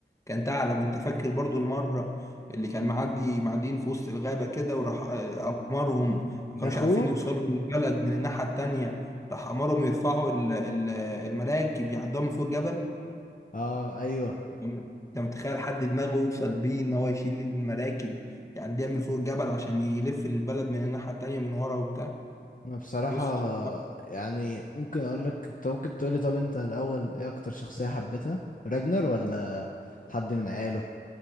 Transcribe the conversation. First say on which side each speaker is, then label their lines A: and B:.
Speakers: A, on the left (about 15°); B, on the left (about 45°).
A: كان ثعلب وانت فاكر برضو المرة اللي كان معدي معديين في وسط الغابة كده وراح آه، أمرهم ما كانوش
B: ده اخوه
A: عارفين يوصلوا للبلد من الناحية التانية راح أمرهم يرفعوا ال- ال- المراكب يعدوها من فوق الجبل
B: اه ايوه
A: انت متخيل حد دماغه يوصل بيه ان هو يشيل المراكب يعديها من فوق الجبل عشان يلف للبلد من الناحية التانية من ورا وبتاع
B: انا بصراحة
A: بص
B: يعني ممكن اقول لك انت ممكن تقولي طب انت الاول ايه اكتر شخصية حبيتها راجنر ولا حد من عياله